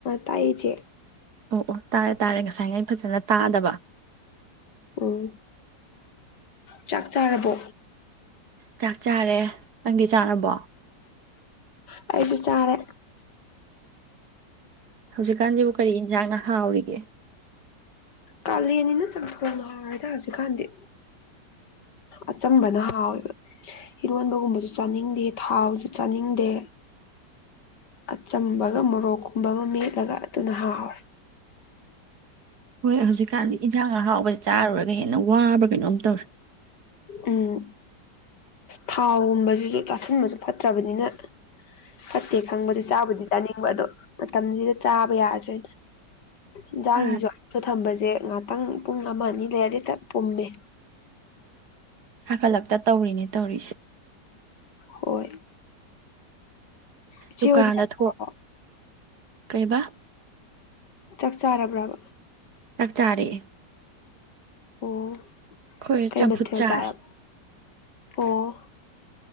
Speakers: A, on the left (about 70°); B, on the right (about 60°).
A: ꯇꯥꯛꯆꯦ
B: ꯑꯣ ꯑꯣ ꯇꯥꯔꯦ ꯇꯥꯔꯦ ꯉꯁꯥꯏ ꯉ ꯑꯩ ꯐꯖꯅ ꯇꯥꯗꯕ
A: ꯎꯝ ꯆꯥꯛ ꯆꯥꯔꯕꯣ
B: ꯆꯥꯛ ꯆꯥꯔꯦ ꯅꯪꯗꯤ ꯆꯥꯔꯕꯣ
A: ꯎ ꯑꯩꯁꯨ ꯆꯥꯔꯦ
B: ꯍꯧꯖꯤꯛꯀꯥꯟꯁꯤꯕꯨ ꯀꯔꯤ ꯌꯦꯟꯁꯥꯡꯅ ꯍꯥꯎꯔꯤꯒꯦ
A: ꯀꯥꯂꯦꯟꯅꯤꯅ ꯆꯪꯄꯣꯅ ꯍꯥꯏꯔꯦꯗ ꯍꯧꯖꯤꯛꯀꯥꯟꯗꯤ ꯑꯆꯝꯕꯅ ꯍꯥꯎꯋꯦꯕ ꯏꯔꯣꯟꯕꯒꯨꯝꯕꯁꯨ ꯆꯥꯅꯤꯡꯗꯦ ꯊꯥꯕꯁꯨ ꯆꯥꯅꯤꯡꯗꯦ ꯑꯆꯝꯕꯒ ꯃꯣꯔꯣꯛꯀꯨꯝꯕ ꯑꯃ ꯃꯦꯠꯂꯒ ꯑꯗꯨꯅ ꯍꯥꯎꯔꯦ
B: ꯍꯣꯏ ꯍꯧꯖꯤꯛꯀꯥꯟꯗꯤ ꯏꯟꯖꯥꯡ ꯍꯔꯥꯎꯕꯁ ꯆꯥꯔꯨꯔꯒ ꯍꯦꯟꯅ ꯋꯥꯕ ꯀꯩꯅꯣꯝ ꯇꯧꯔꯦ
A: ꯎꯝ ꯊꯥꯎꯒꯨꯝꯕꯁꯤꯁꯨ ꯆꯥꯥꯁꯟꯕꯁꯨ ꯐꯠꯇ꯭ꯔꯕꯅꯤꯅ ꯐꯠꯇꯦ ꯈꯪꯕꯗꯤ ꯆꯥꯕꯨꯗꯤ ꯆꯥꯅꯤꯡꯕ ꯑꯗꯣ ꯃꯇꯝꯁꯤꯗ ꯆꯥꯕ ꯌꯥꯗ꯭ꯔꯦ ꯏꯟꯁꯥꯡꯁꯤꯁꯨ
B: ꯑꯥ
A: ꯑꯇ ꯊꯝꯕꯁꯦ ꯉꯥꯛꯇꯪ ꯄꯨꯡ ꯑꯃ ꯑꯅꯤ ꯂꯩꯔꯔ ꯇꯠ ꯄꯨꯝꯃꯦ
B: ꯍꯥꯀꯠꯂꯛꯇ ꯇꯧꯔꯤꯅꯦ ꯇꯧꯔꯤꯁꯦ
A: ꯍꯣꯏ ꯏꯆꯦ
B: ꯗꯨꯀꯥꯟꯗ
A: ꯍꯣꯏꯗꯤ ꯆꯥꯛ
B: ꯊꯣꯛ
A: ꯆꯥꯔꯕꯣ
B: ꯀꯩꯕꯥ
A: ꯆꯥꯛ ꯆꯥꯔꯕ꯭ꯔꯕ
B: ꯆꯥꯛꯇꯥꯔꯛꯑꯦ
A: ꯑꯣ
B: ꯑꯩꯈꯣꯏ
A: ꯀꯩ
B: ꯆꯝꯐꯨꯠ
A: ꯃꯊꯦꯜ
B: ꯆꯥꯔꯦ
A: ꯆꯥꯔꯕ ꯑꯣ